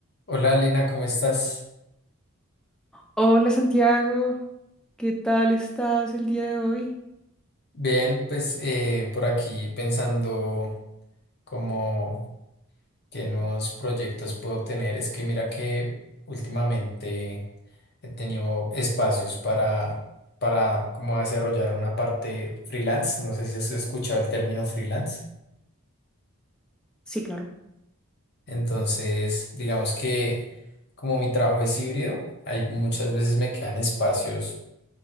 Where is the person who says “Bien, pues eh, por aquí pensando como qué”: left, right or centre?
Left